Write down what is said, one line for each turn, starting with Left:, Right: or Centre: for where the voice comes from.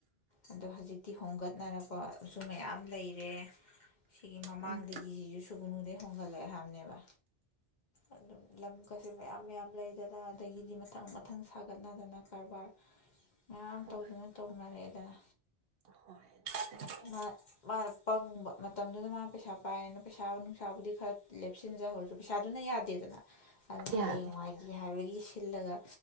Left: ꯑꯗꯣ ꯍꯧꯖꯤꯛꯇꯤ ꯍꯣꯡꯒꯠꯅꯔꯛꯄꯁꯨ ꯃꯌꯥꯝ ꯂꯩꯔꯦ ꯁꯤꯒꯤ ꯃꯃꯥꯡꯗꯒꯤꯁꯤꯁꯨ
Right: ꯎꯝ
Left: ꯁꯨꯒꯨꯅꯨꯗꯩ ꯍꯣꯡꯒꯠꯂꯛꯑꯦ ꯍꯥꯏꯕꯅꯦꯕ ꯑꯗꯨꯝ ꯂꯝꯒꯁꯦ ꯃꯌꯥꯝ ꯃꯌꯥꯝ ꯂꯩꯗꯅ ꯑꯗꯒꯤꯗꯤ ꯃꯊꯪ ꯃꯊꯪ ꯁꯥꯒꯠꯅꯗꯅ ꯀꯔꯕꯥꯔ ꯃꯌꯥꯝ
Right: ꯍꯣꯏ
Left: ꯇꯧꯗꯅ ꯇꯧꯅꯔꯛꯑꯦꯗꯅ
Right: ꯍꯣꯏ ꯑꯗꯨꯗꯒꯤ
Left: ꯃꯥ ꯃꯥꯅ ꯄꯪꯕ ꯃꯇꯝꯗꯨꯅ ꯃꯥꯅ ꯄꯩꯁꯥ ꯄꯥꯏꯌꯦꯅ ꯄꯩꯁꯥ ꯅꯨꯡꯁꯥꯕꯨꯗꯤ ꯈꯔ ꯂꯦꯞꯁꯤꯟꯖꯍꯧꯔꯁꯨ ꯄꯩꯁꯥꯗꯨꯅ ꯌꯥꯗꯦꯗꯅ ꯑꯗꯨ
Right: ꯌꯥꯗꯦ
Left: ꯍꯌꯦꯡꯋꯥꯏꯒꯤ ꯍꯥꯏꯕꯒꯤ ꯁꯤꯜꯂꯒ